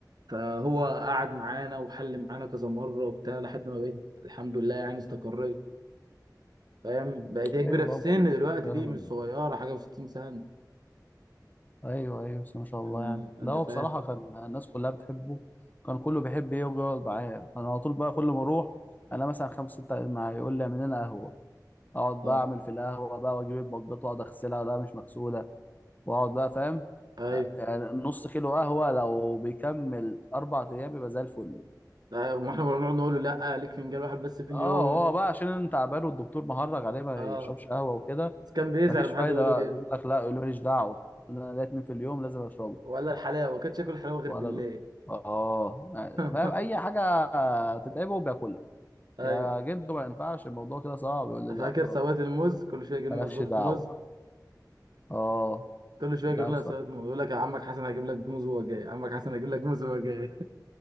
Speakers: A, on the right (about 70°); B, on the left (about 25°).
A: فهو قعد معانا وحل معانا كذا مره وبتاع لحد ما بقيت الحمد لله يعني استقريت فاهم بقت هي كبيره
B: ايوه
A: في
B: طبعا
A: السن دلوقتي
B: آه،
A: دي مش صغيره حاجه و60 سنه
B: ايوه ايوه بس ما شاء الله
A: يعني
B: يعني
A: انت
B: ده هو
A: فاهم
B: بصراحه كان الناس كلها بتحبه كان كله بيحب يجي يقعد معايا انا على طول بقى كل ما اروح انا مثلا خمسه سته قاعدين معايا يقول لي اعمل لنا قهوه اقعد
A: اه
B: بقى اعمل في القهوه بقى واجيب البجات واقعد اغسلها لا مش مغسوله واقعد بقى فاهم
A: ايوه
B: آه، يعني نص كيلو قهوه لو بيكمل اربع ايام يبقى زي الفل
A: لا، واحنا كنا بنقعد نقول له لا ليك فنجان واحد بس في اليوم
B: اه هو بقى عشان انت تعبان والدكتور مهرج عليه ما
A: اه
B: يشربش قهوه وكده
A: بس كان بيزعل
B: مفيش
A: لما
B: فايده
A: حد يقول
B: بقى
A: له كده
B: يقول لك لا يقول لي ماليش دعوه يقول لي انا ليا اتنين في اليوم لازم اشربه
A: ولا الحلاوه ما كانش ياكل حلاوه غير
B: ولده
A: بالليل
B: اه يعني
A: <laughs>
B: فاهم اي حاجه تتعبه بياكلها
A: ايوه
B: يا جدو ما ينفعش الموضوع كده صعب يقول لي لا
A: فاكر سوات الموز كل شويه يجيب
B: مالكش
A: لنا سباطه
B: دعوه
A: موز
B: اه
A: كل شويه
B: لا
A: يجيب لنا
B: بصراحه
A: سباطه موز يقول لك يا عمك حسن هجيب لك موز وهو جاي عمك حسن هجيب لك موز وهو جاي